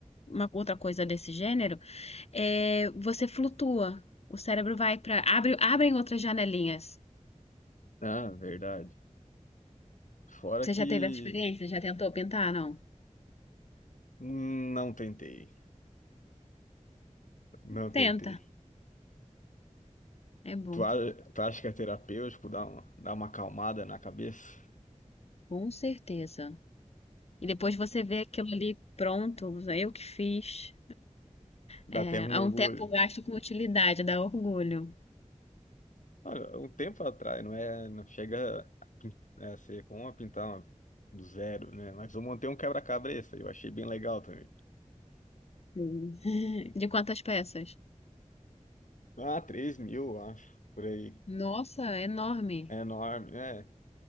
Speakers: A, on the left; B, on the left.
A: uma outra coisa desse gênero, é, você flutua. O cérebro vai para. Abre, abrem outras janelinhas.
B: ah, verdade. Fora
A: Você
B: que
A: já teve essa experiência? Já tentou pintar? Não?
B: hum, não tentei, não tentei.
A: Tenta. É bom.
B: Tu, a- tu acha que é terapêutico dar uma, dar uma acalmada na cabeça?
A: Com certeza. E depois você vê aquilo ali pronto, eu que fiz.
B: Dá
A: É,
B: até um
A: há
B: orgulho.
A: um tempo gasto com utilidade, dá orgulho.
B: Olha, um tempo atrás, não é, não chega a, pin- né, a ser como a pintar uma- do zero, né? Mas eu montei um quebra-cabeça, eu achei bem legal também.
A: Sim. <laughs> De quantas peças?
B: Ah, 3 mil, eu acho, por aí.
A: Nossa, enorme.
B: É enorme, É.